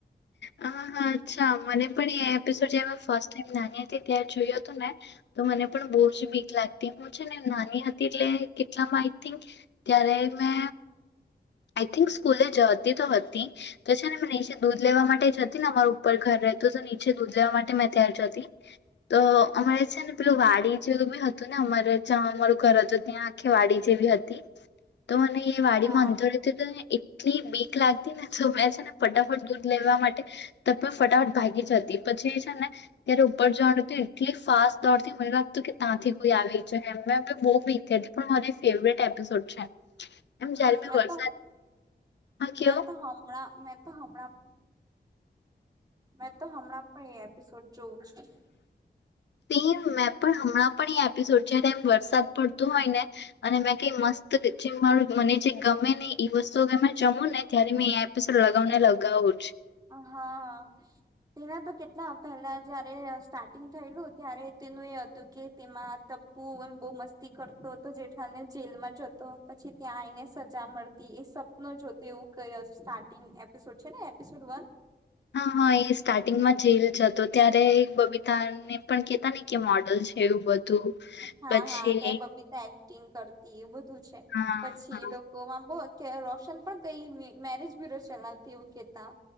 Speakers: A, on the left (about 80°); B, on the right (about 20°).
A: હા હા અચ્છા મને પણ એ એપિસોડ જ્યારે મેં ફર્સ્ટ ટાઈમ નાની હતી તં જોયું હતું, ને તો મને પણ બહુ જ બીક લાગતી હું છે ને નાની હતી એટલે કેટલામાં આઈ થેન્ક ત્યારે મે આઈ થિંક સ્કૂલે જતી તો હતી તો છે ને મેં નીચે દૂધ લેવા માટે જતી ને અમાર ઉપર ઘર રહેતું તો નીચે દૂધ લેવા માટે મેં ત્યાાર જતી તો અમારે છે ને પેલું વાડી જેવું બી હતું ને અમારે જ્યાં અમારું ઘર હતું ત્યાં આખી વાડી જેવી હતી. તો મને એ વાડી
B: હા
A: મા અંધ એટલી બીક લાગતી ને તો મેં છે ને ફટાફટ દૂધ લેવા માટે તપ ફટાફટ ભાગી જતી, પછી એ છે ને ત્યારે ઉપર જવાનું એટલી ફાસ્ટ દોડથી મને લાગતું કે ત્યાંથી કોઈ આવી જ બહ બીક થ હતી પણ મારી ફેવરેટ એપિસોડ છે. એમ
B: હમ
A: જયારે ભી
B: મેં
A: વરસાદ.
B: તો
A: હા કેવો
B: મેં તો હમણા મે તો હમણા. મેં તો હમણા પણ એ એપિસોડ. જોઉં છું.
A: સ મેં પણ હમણાં પણ એ એપિસોડ જયારે એમ વરસાદ પડતો હોય ને અને મે કઈ મસ્ત જે મારું મને જે ગમે ને એ વસ્તુ જમું ને ત્યારે મેં એ એપિસોડ લગાવને લગાવું
B: હા તેના તો કે ના પેલા જયારે સ્ટાર્ટિંગ થયેલું ત્યારે તેનું એ હતું કે તેમાં ટપ્પુ એમ બહુ મસ્તી કરતો હતો જેઠલાલ ને જેલમાં જતો પછી ત્યાં આવીને સજા મળતી એ સપનું જોતો એવું કઈ સ્ટાર્ટિંગ એપિસોડ છે ને એપિસોડ વન.
A: હા હા એ સ્ટાર્ટિંગમાં જેલ જ હતો ત્યારે બબીતાને પણ કેહેતા ને કે મોડલ છે એવું બધું
B: હા
A: પછી
B: હા ત્યારે બબીતા એક્ટિંગ કરતી એ બધું છે
A: હા હા
B: પછી એ લોકોમાં બહ કે રોશન પણ કઈ મેરેજ બી રોશન આવતી એવું કેતા